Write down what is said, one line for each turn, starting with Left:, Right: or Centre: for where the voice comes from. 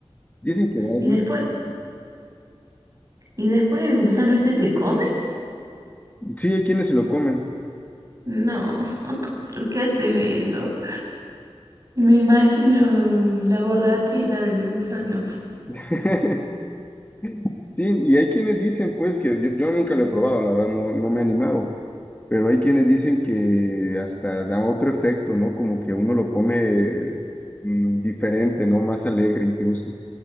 Left: Dicen que da algún
Right: Y después,
Left: efecto.
Right: ¿y después el gusano ese se come?
Left: Sí, hay quienes se lo comen.
Right: No, <laughs> ¿por qué hacen eso? Y me imagino la borrachera del gusano.
Left: <laughs> Sí, y hay quienes dicen, pues, que yo, yo nunca lo he probado, la verdad, no, no me he animado, Pero hay quienes dicen que hasta da otro efecto, ¿no? Como que uno lo pone mm, diferente, ¿no? Más alegre incluso.